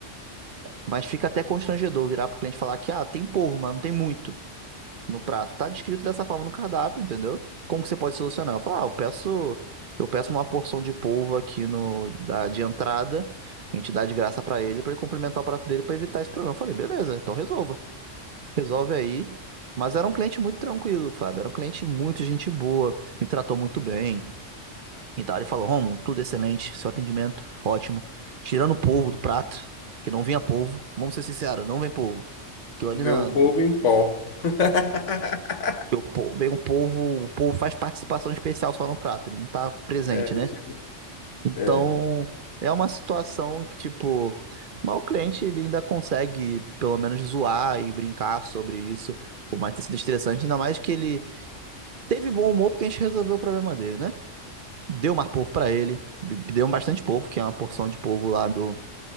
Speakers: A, on the right (about 55°); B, on the left (about 70°).
A: mas fica até constrangedor virar pro cliente e falar que, ah, tem povo, mas não tem muito. no prato. Tá descrito dessa forma no cardápio, entendeu? Como que você pode solucionar? Eu falo, ah, eu peço, eu peço uma porção de polvo aqui no da de entrada, a gente dá de graça pra ele pra ele complementar o prato dele pra evitar esse problema. Eu falei, beleza, então resolva. Resolve aí. Mas era um cliente muito tranquilo, Fábio. Era um cliente muito gente boa, me tratou muito bem. Então ele falou, Romo, tudo excelente, seu atendimento ótimo. Tirando o polvo do prato, que não vinha polvo. Vamos ser sinceros, não vem polvo. Aquilo ali
B: Vê
A: na,
B: o povo em pó. <laughs>
A: O povo, vem o povo, o povo faz participação especial só no prato, ele não tá presente,
B: É,
A: né?
B: tipo,
A: Então,
B: é.
A: é uma situação que, tipo, mas o cliente ele ainda consegue, pelo menos, zoar e brincar sobre isso, por mais ter sido estressante, ainda mais que ele teve bom humor porque a gente resolveu o problema dele, né? Deu mais povo para ele, deu bastante povo, que é uma porção de povo lá do,